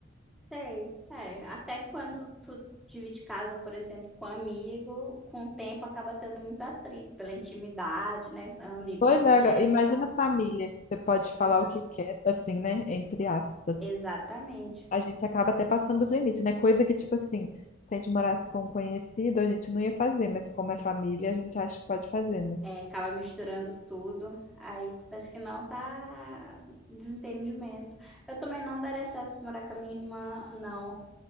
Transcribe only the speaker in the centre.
Sei. É, até quando tu divide casa, por exemplo, com um amigo, com o tempo acaba tendo muito atrito pela intimidade, né? O amigo
te conhece
e tal.
Exa-
Exatamente.
É, acaba misturando tudo. Aí parece que não tá desentendimento. Eu também não daria certo morar com a minha irmã, não.